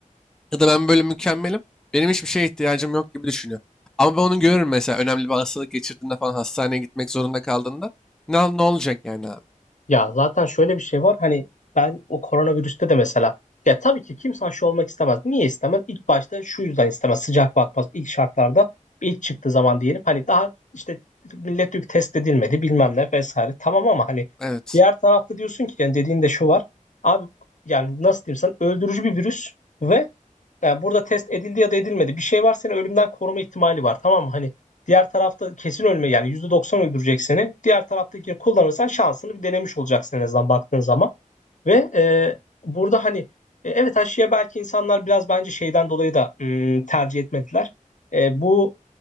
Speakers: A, in the centre; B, on the left (about 65°).
A: Ya da ben böyle mükemmelim. Benim hiçbir şeye ihtiyacım yok gibi düşünüyor. Ama ben onu görürüm mesela önemli bir hastalık geçirdiğinde falan hastaneye gitmek zorunda kaldığında. Ne, ne olacak yani abi?
B: Ya zaten şöyle bir şey var hani ben o koronavirüste de mesela ya tabii ki kimse aşı olmak istemez. Niye istemez? İlk başta şu yüzden istemez. Sıcak bakmaz ilk şartlarda ilk çıktığı zaman diyelim hani daha işte millet yük test edilmedi bilmem ne vesaire tamam ama hani
A: Evet.
B: diğer tarafta diyorsun ki yani dediğin de şu var. Abi yani nasıl diyeyim sana öldürücü bir virüs ve yani burada test edildi ya da edilmedi. Bir şey var seni ölümden koruma ihtimali var. Tamam mı? Hani diğer tarafta kesin ölme yani %90 öldürecek seni. Diğer taraftakini kullanırsan şansını bir denemiş olacaksın en azından baktığın zaman. Ve e, burada hani e, evet aşıya belki insanlar biraz bence şeyden dolayı da hmm, tercih etmediler. E, bu